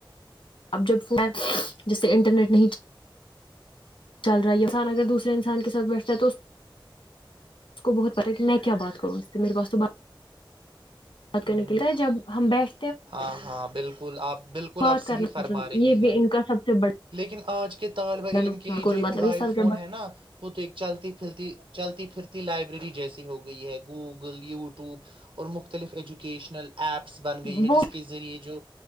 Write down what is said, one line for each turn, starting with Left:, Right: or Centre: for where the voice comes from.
Left: اب جب فون جسے انٹرنیٹ نہیں چل رہا ہے انسان اگر دوسرے انسان کے ساتھ بیٹھتا ہے تو اس کو بہت پتاہ ہے کہ میں کیا بات کروں اس سے میرے پاس توات بات کرنے
Right: ہوں
Left: کے لی جب ہم بیٹھ
Right: ہاں ہاں بالکل کل آپ بالکل
Left: بات
Right: آپ صحیح
Left: کرنا
Right: فرما
Left: مطلب
Right: رہی
Left: یہ بھی
Right: ہے
Left: ان کا سب سے بڑا
Right: لیکن آج کے طالب علم
Left: نقصان
Right: کے لیے جو یہ
Left: مطلب
Right: موبائل
Left: سب
Right: فون
Left: سے
Right: ہے نا وہ تو ایک چلتی پھرتی چلتی پھرتی لائبریری جیسی ہو گئی ہے گوگل یوٹیوب اور مختلف ایجوکیشن <inaudible> ایپس بن
Left: بڑا،
Right: گئی ہے
Left: وہ
Right: جس کے ذریعے جو